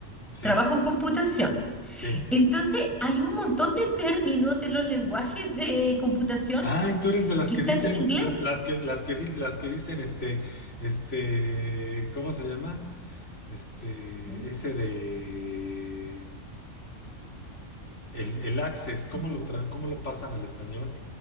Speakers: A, on the left; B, in the centre.
A: Sí,
B: trabajo en computación.
A: sí.
B: Entonces, hay un montón de términos de los lenguajes de computación
A: Ay, tú eres de las
B: que
A: que
B: están
A: dicen,
B: en inglés.
A: la- las que, las que, di- las que dicen, este, este, ¿cómo se llama? Este,
B: Sí.
A: ese de el, el access, ¿cómo
B: De-
A: lo tra- cómo lo pasan al español?